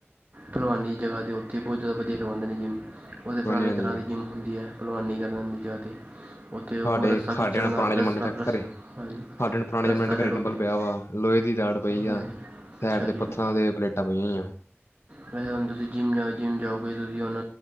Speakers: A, on the right (about 45°); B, on the left (about 75°).
A: ਭਲਵਾਨੀ ਜਗਾ ਤੇ ਉਥੇ ਬੋਤ ਜ਼ਿਆਦਾ ਵਧੀਆ ਕਰਵਾਉਂਦੇ ਨੇ ਜਿਮ। ਉਹਥੇ ਪੁਰਾਣੀ
B: ਹਾਂਜੀ ਹਾਂਜੀ
A: ਤਰਾਂ ਦੀ ਜਿੰਮ ਹੁੰਦੀ ਹੈ ਪਲਵਾਨੀ ਕਰਨ ਵਾਲੀ ਜਗਾ ਤੇ। ਉੱਥੇ ਉਹ
B: ਸਾਡੇ-
A: ਰੱਸਾ ਖਿੱਚਣ
B: ਸਾਡੇ ਨਾਲ
A: ਦਾ
B: ਪੁਰਾਣੇ ਜਮਾਨੇ
A: ਰੱਸਾ
B: ਦੇ
A: ਰੱਸ
B: ਘਰੇ
A: ਹਾਂਜੀ
B: ਸਾਡੇ ਨਾਲ ਪੁਰਾਣੇ
A: ਰੱਸਾ
B: ਜ਼ਮਾਨੇ ਦੇ
A: ਚੜ੍ਹੋਗੇ
B: ਘਰੇ ਡੰਬਲ ਪਿਆ ਵਾ। ਲੋਹੇ ਦੀ ਰਾੱਡੜ ਪਈ ਆ
A: ਹਾਂਜੀ
B: ਸੈਡ
A: ਅੱਛਾ
B: ਦੇ
A: ਜੀ
B: ਪੱਥਰਾਂ ਦੇ ਪਲੇਟਾਂ ਪਈਆਂ ਹੋਈਆਂ।
A: ਪਹਿਲਾਂ ਤੁਸੀਂ ਜਿੰਮ ਜਾਓ ਜਿੰਮ ਜਾਓ ਗਏ ਤੁਸੀਂ ਹੁਣ